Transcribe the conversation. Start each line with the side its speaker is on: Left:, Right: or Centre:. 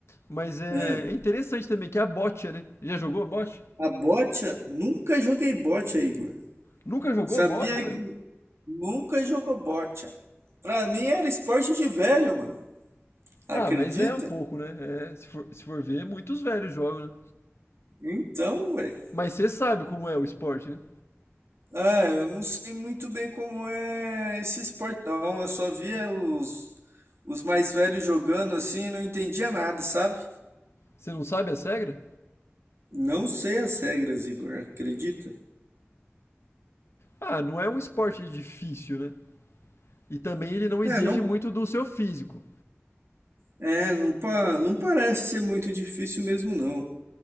Left: Mas é,
Right: Ah,
Left: é interessante também, que é a bocha, né? Já jogou a bocha?
Right: a bocha? Nunca joguei bocha, Igor.
Left: Nunca jogou
Right: Sabia
Left: a bocha, velho?
Right: que nunca jogou bocha. Pra mim era esporte de velho, mano. Acredita?
Left: Ah, mas é um pouco, né? É, se for, se for ver, muitos velhos jogam, né?
Right: Então, velho.
Left: Mas você sabe como é o esporte, né?
Right: Ah, eu não sei muito bem como é esse esporte, não. Eu só via os, os mais velhos jogando assim e não entendia nada, sabe?
Left: Você não sabe as regras?
Right: Não sei as regras, Igor, acredita?
Left: Ah, não é um esporte difícil, né? E também ele não exige
Right: É, não,
Left: muito do seu físico.
Right: é, não, pa, não parece ser muito difícil mesmo, não.